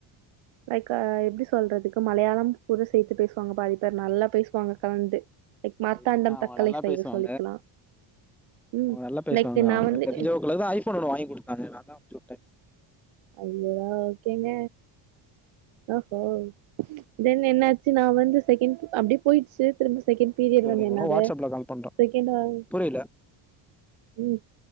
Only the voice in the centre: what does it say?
மாதிரி.
அவங்க
நல்லா
பேசுவாங்க
அவங்க நல்லா பேசுவாங்க
அவங்க
தெரிஞ்சவங்க தா ஐஃபோன் ஒன்னு வாங்கி கொடுத்தாங்க நா தா அமுச்சுட்டே
இவனுங்க
எவனோ
வாட்ஸ்அப்ல கால் பண்றான்
புரியல